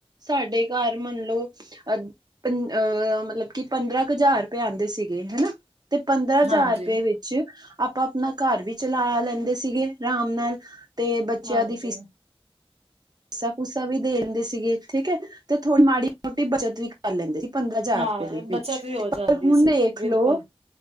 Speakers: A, on the right; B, on the right.
A: ਸਾਡੇ ਘਰ ਮੰਨਲਓ ਅ ਪੰਹ ਮਤਲਬ ਕਿ ਪੰਦਰਾਂ ਕੁ ਹਜ਼ਾਰ ਰੁਪੀਏ ਆਉਂਦੇ ਸੀਗੇ ਹਨਾ ਤੇ ਪੰਦਰਾਂ ਹਜ਼ਾਰ
B: ਹਾਂਜੀ।
A: ਰੁਪਏ ਵਿੱਚ ਆਪਾਂ ਆਪਣਾ ਘਰ ਵੀ ਚਲਾ ਲੈਂਦੇ ਸੀਗੇ ਆਰਾਮ ਨਾਲ ਤੇ ਬੱਚਿਆਂ
B: ਹਾਂਜੀ
A: ਦੀ ਫੀਸ ਪੈਸਾ- ਪੂਸਾ ਵੀ ਦੇ ਦਿੰਦੇ ਸੀਗੇ ਠੀਕ ਹੈ। ਤੇ ਥੋੜੀ ਮਾੜੀ ਮੋਟੀ ਬੱਚਤ ਵੀ ਕਰ ਲੈਂਦੇ ਸੀ ਪੰਦਰਾਂ ਹਜ਼ਾਰ
B: ਹਾਂ
A: ਰੁਪਏ ਦੇ ਵਿੱਚ
B: ਬੱਚਤ ਵੀ ਹੋ
A: ਪਰ
B: ਜਾਂਦੀ
A: ਹੁਣ
B: ਸੀ
A: ਦੇਖਲੋ
B: ਬਿਲਕੁਲ।